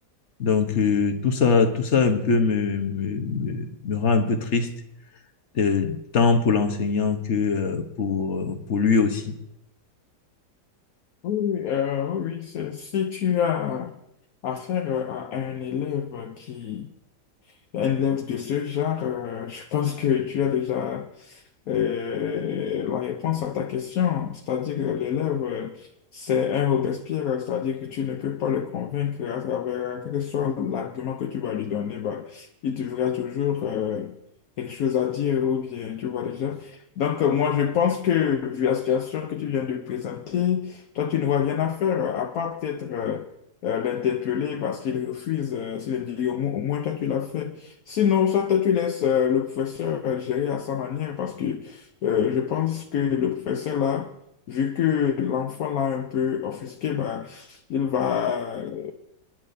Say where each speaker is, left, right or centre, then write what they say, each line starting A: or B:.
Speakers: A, on the left; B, on the left.
A: Donc, euh, tout ça, tout ça un peu me, me, me, me rend un peu triste, euh, tant pour l'enseignant que euh, pour, euh, pour lui aussi.
B: Oui, oui, euh, oui, oui, c'est- si tu as affaire à un élève qui un œuvre de ce genre, euh, je pense que tu as déjà euh, la réponse à ta question. C'est-à-dire que l'élève, euh, c'est un Robespierre, c'est-à-dire que tu ne peux pas le convaincre à travers quel que soit l'argument que tu vas lui donner. Bah, il trouvera toujours euh, quelque chose à dire ou bien, tu vois déjà. Donc, euh, moi, je pense que vu la situation que tu viens de présenter, toi, tu n'auras rien à faire, à part peut-être... euh, euh, l'interpeller parce qu'il refuse, euh, s'il dit au moins, au moins toi tu l'as fait. Sinon, soit tu laisses euh, le professeur euh, gérer à sa manière parce que euh, je pense que le professeur là, vu que l'enfant l'a un peu offusqué, bah, il va, euh,